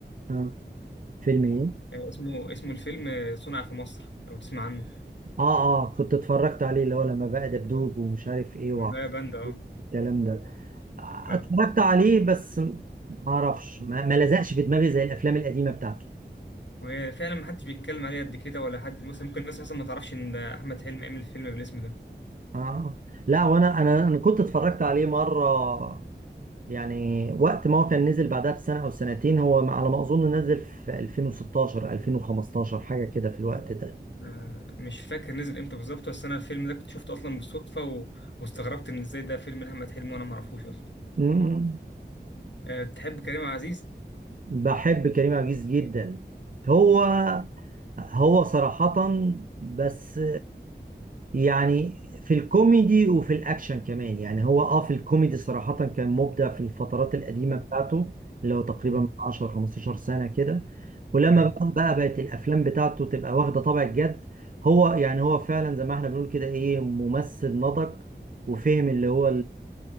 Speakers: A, on the right (about 50°); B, on the left (about 85°).
A: آه. فيلم ايه
B: آه، اسمه اسمه الفيلم آه، صنع في مصر لو تسمع عنه
A: اه اه كنت اتفرجت عليه اللي هو لما بقى دبدوب ومش عارف ايه وعقرب
B: هم ده بند اه
A: الكلام ده آه،
B: اه
A: اتفرجت عليه بس م- ما اعرفش ما, ما لزقش في دماغي زي الافلام القديمة بتاعته
B: وهي فعلا ما حدش بيتكلم عليه قد كده ولا حد مثلا ممكن الناس اصلا ما تعرفش ان احمد حلمي عمل فيلم بالاسم ده
A: اه آه. لا وانا انا انا كنت اتفرجت عليه مرة يعني وقت ما هو كان نزل بعدها بسنة أو سنتين هو على ما أظن نزل في 2016 2015 حاجة كده في الوقت ده
B: آه، مش فاكر نزل امتى بالظبط بس انا الفيلم ده كنت شفته اصلا بالصدفه و... واستغربت ان ازاي ده فيلم لاحمد حلمي وانا ما اعرفوش اصلا
A: مم.
B: أه تحب كريم عبد العزيز
A: بحب كريم عبد العزيز جدا هو هو صراحة بس يعني في الكوميدي وفي الاكشن كمان يعني هو اه في الكوميدي صراحة كان مبدع في الفترات القديمة
B: مم،
A: بتاعته اللي هو تقريبا
B: مم،
A: من 10 15 سنة كده ولما
B: ايوه
A: بقى بقى بقت الافلام بتاعته تبقى واخدة طابع الجد هو يعني هو فعلا زي ما احنا بنقول كده ايه ممثل نضج وفهم اللي هو